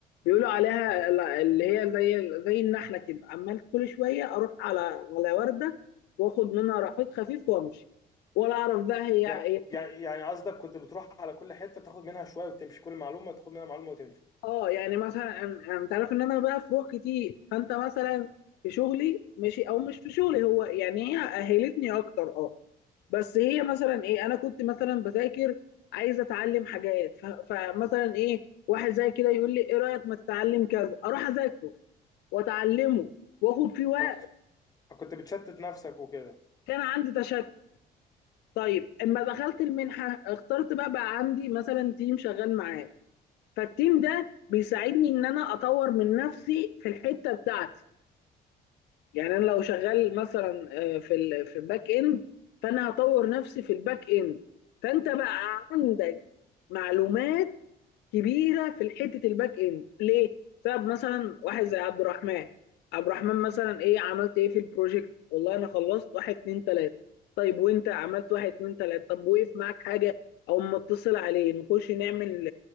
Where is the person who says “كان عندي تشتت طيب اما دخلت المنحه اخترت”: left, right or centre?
Left